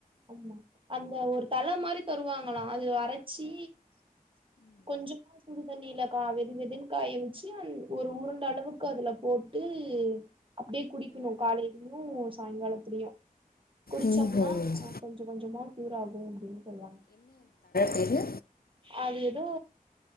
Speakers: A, on the right; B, on the left.
A: ஆமா அந்த ஒரு தழை மாரி தருவாங்களா அது அரைச்சி கொஞ்சமா சூடுதண்ணியில கா வெது வெதுன்னு காய வச்சு ஒரு உருண்ட அளவுக்கு அதுல போட்டு அப்டியே குடிக்கணு காலையிலயு சாயங்காலத்துலயு குடிச்சோம்னா
B: ம் ம்ஹ்
A: கொஞ்ச கொஞ்சமா க்யூர் ஆகு அப்டின்னு சொல்லறாங்க
B: எது
A: அது ஏதோ